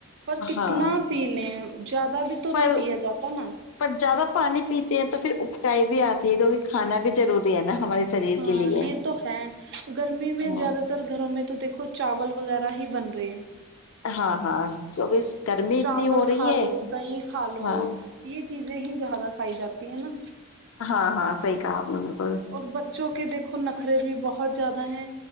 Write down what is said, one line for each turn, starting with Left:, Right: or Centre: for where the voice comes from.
Right: پر کتنا
Left: ہاں
Right: پی لیں زیادہ بھی تو
Left: پر
Right: نہیں پیا جاتا نا
Left: پر زیادہ پانی پیتے ہیں تو پھر اکائی بھی آتی ہے کیوکہ کھانا بھی ضروری ہے نا ہمارے شریر
Right: ہاں
Left: کے لیے
Right: یہ تو ہے گرمی میں
Left: ہاں
Right: زیادہ تر گھروں میں تو دیکھو چاول وغیرہ ہی بن رہے ہیں
Left: ہاں ہاں کیونکہ گرمی اتنی
Right: چاول
Left: ہو رہی
Right: کھا
Left: ہے
Right: لو دھی کھا لو
Left: ہاں
Right: یہ چیزیں ہی زیادہ کھائی جاتی ہیں نا
Left: ہاں ہاں صحیح کہاں آپ نے بلکل
Right: اور بچوں کے دیکھو نخرے بھی بہت زیادہ ہیں